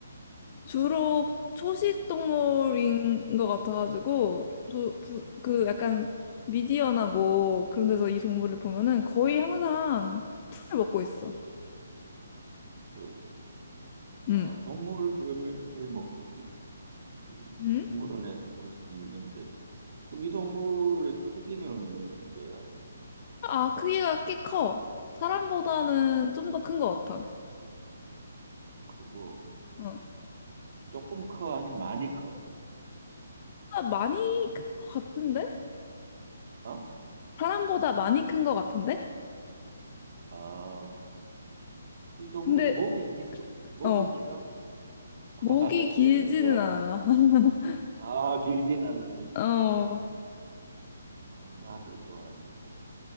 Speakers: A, on the left; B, on the right.
A: 주로 초식 동물인 것 같아가지고 저, 부, 그
B: 음,
A: 약간 미디어나 뭐 그런 데서 이 동물을 보면은 거의 항상 풀을 먹고 있어.
B: 음, 주
A: 응
B: 아, 동물 그러면 풀을 먹고 있지. 이
A: 응?
B: 동물원에서 볼 수 있는데 그럼 이 동물의 크기는 어느 정도야?
A: 아, 크기가 꽤 커. 사람보다는 좀 더 큰 것 같아.
B: 크고
A: 어.
B: 조금 커 아니 많이 커?
A: 아, 많이 큰 것 같은데?
B: 어?
A: 사람보다 많이 큰 것 같은데?
B: 아, 이 동물이
A: 근데,
B: 목이 길어? 목이
A: 어,
B: 길어? <laughs>
A: 목이 길지는
B: 그러면 뭐?
A: 않아. <laughs>
B: 아, 길진 않은데
A: 어,
B: 조식 동물. 어, 마를도 아니고.